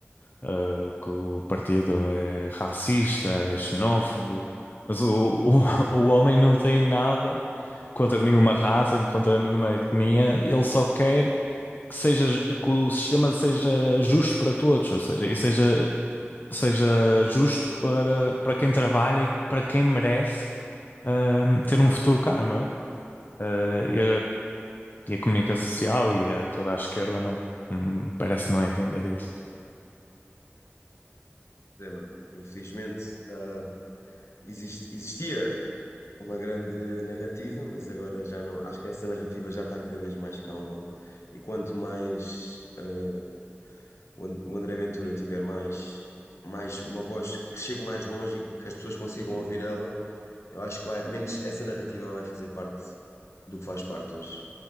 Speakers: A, on the left; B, on the left.
A: eh, que o partido é racista, é xenófobo, mas o, o, <laughs> o homem não tem nada contra nenhuma raça, contra nenhuma etnia, ele só quer que seja, que o sistema seja justo para todos, ou seja, e seja, seja justo para, para quem trabalha e para quem merece hum, ter um futuro cá, não é? Eh, e, a, e a comunicação social e a, toda a esquerda não hum, parece não entender isso.
B: É, mano, infelizmente, ah, existe- existia uma grande narrativa, mas agora já não. Acho que essa narrativa já está cada vez mais calma. E quanto mais eh, o An- o André Ventura tiver mais, mais uma voz que chegue mais longe e que as pessoas consigam ouvir ela, eu acho que vai, menos essa narrativa vai fazer parte do que faz parte hoje.